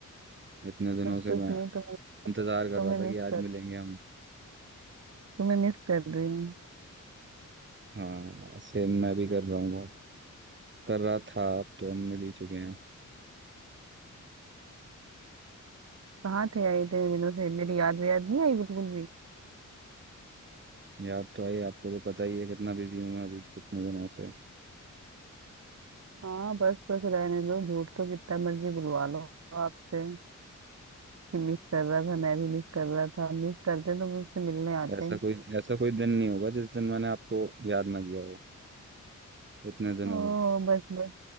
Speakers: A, on the right; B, on the right.
A: इतने दिनों
B: बस
A: से
B: कुछ
A: मैं
B: नहीं तुम
A: इंतजार कर
B: तुम्हें
A: रहा था कि
B: मिस
A: आज
B: कर
A: मिलेंगे हम
B: तुम्हें मिस कर रही हूँ
A: हाँ सेम मैं भी कर रहा हूँ बहुत। कर रहा था अब तो हम मिल ही चुके हैं
B: कहाँ थे आई इतने दिनों से मेरी याद याद नहीं आई बिल्कुल भी
A: याद तो आई आपको तो पता ही है कितना बिजी हूँ मैं अभी कितने दिनों से
B: हाँ बस बस रहने दो झूठ तो कितना मर्जी बुलवा लो आपसे कि मिस कर रहा था मैं भी मिस कर रहा था मिस करते तो मुझसे मिलने आते
A: ऐसा कोई ऐसा कोई दिन नहीं होगा जिस दिन मैंने आपको याद ना किया हो इतने दिनों
B: ओ
A: में
B: बस बस